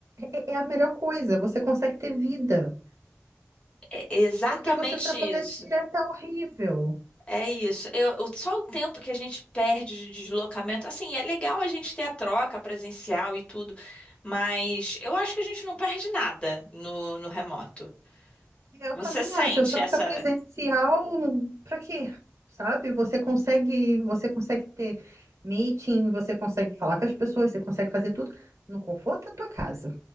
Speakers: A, on the right; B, on the left.
A: É, é é a melhor coisa, você consegue ter vida.
B: É exatamente
A: Porque você trabalha
B: isso.
A: direto é horrível.
B: É isso. Eu, eu- só o tempo que a gente perde de deslocamento. Assim, é legal a gente ter a troca presencial e tudo, mas eu acho que a gente não perde nada no, no remoto.
A: Eu
B: Você
A: também
B: sente
A: acho, eu troca
B: essa.
A: presencial para quê? Sabe? Você consegue, você consegue ter meeting, você consegue falar com as pessoas, você consegue fazer tudo no conforto da tua casa.